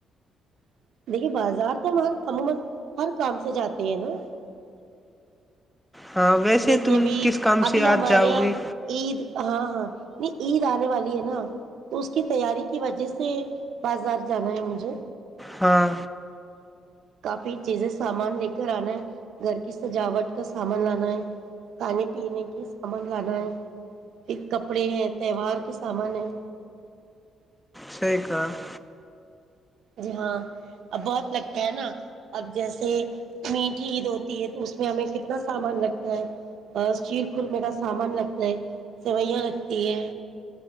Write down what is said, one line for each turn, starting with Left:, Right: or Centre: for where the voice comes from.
Right: <unintelligible>
Centre: ہاں ویسے
Right: جیسے
Centre: تم
Right: ابھی
Centre: کس کام
Right: ابھی
Centre: سے
Right: ہمارے
Centre: آج جاؤ
Right: یہاں
Centre: گی
Right: عید ہاں ہاں نہیں عید آنے والی ہے نا تو اس کی تیاری کی وجہ سے بازار جانا ہے مجھے
Centre: ہاں
Right: کافی چیزیں سامان لے کر آنا ہے گھر کی سجاوٹ کا سامان لانا ہے کھانے پینے کی سامان لانا ہے پھر کپڑے ہیں تہوار کے سامان ہے
Centre: ش کا <unintelligible>
Right: جی ہاں اب بہت لگتا ہے نا اب جیسے میٹھی عید ہوتی ہے تو اس میں ہمیں کتنا سامان لگتا ہے شیر خورمے کا سامان لگتا ہے سیوئیاں لگتی ہے